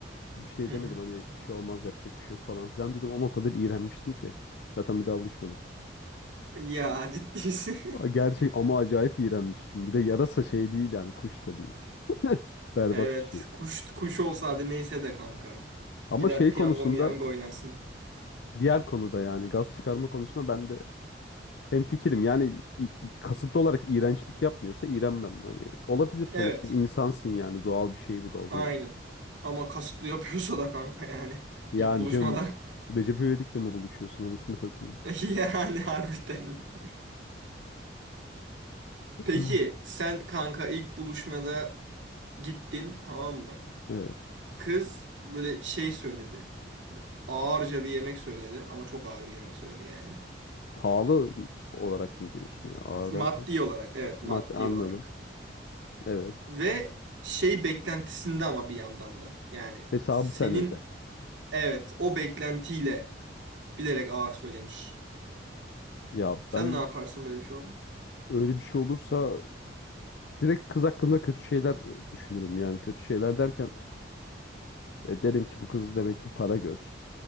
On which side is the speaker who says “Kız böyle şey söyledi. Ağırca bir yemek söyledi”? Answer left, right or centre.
Right